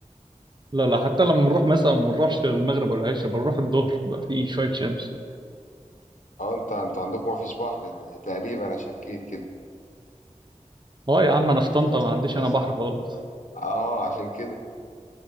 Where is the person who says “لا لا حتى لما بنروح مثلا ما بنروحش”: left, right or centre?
Right